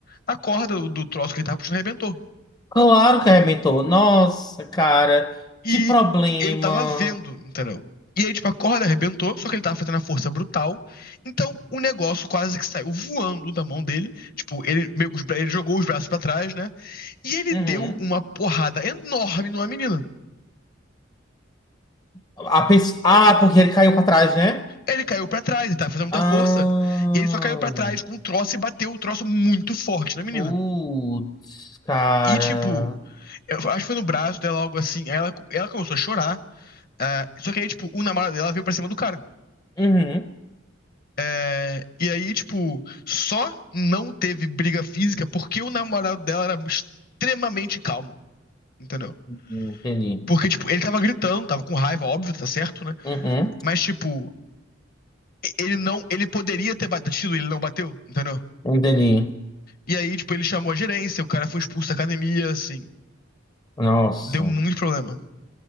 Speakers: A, on the left; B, on the left.
A: a corda do, do troço que ele tava puxando arrebentou.
B: Claro que arrebentou. Nossa, cara.
A: E
B: Que problema.
A: eu tava vendo, entendeu? E aí, tipo, a corda arrebentou, só que ele tava fazendo a força brutal. Então, o negócio quase que saiu voando da mão dele. Tipo, ele, meio- os bra- ele jogou os braços pra trás, né? E ele
B: Uhum.
A: deu uma porrada enorme numa menina.
B: A pessoa... Ah, porque ele caiu pra trás, né?
A: Ele caiu pra trás, ele tava fazendo
B: Ah.
A: muita força. E ele só caiu pra trás com um troço e bateu o troço muito forte na menina.
B: Putz, cara.
A: E, tipo, eu acho que foi no braço dela, algo assim. Aí ela, ela começou a chorar. ah, só que aí, tipo, o namorado dela veio pra cima do cara.
B: Uhum.
A: É, e aí, tipo, só não teve briga física porque o namorado dela era extremamente calmo, entendeu?
B: Entendi.
A: Porque, tipo, ele tava gritando, tava com raiva, óbvio, tá certo, né?
B: Uhum.
A: Mas, tipo, ele não, ele poderia ter batido, ele não bateu, entendeu?
B: Entendi.
A: E aí, tipo, ele chamou a gerência, o cara foi expulso da academia, assim.
B: Nossa.
A: Deu muito problema.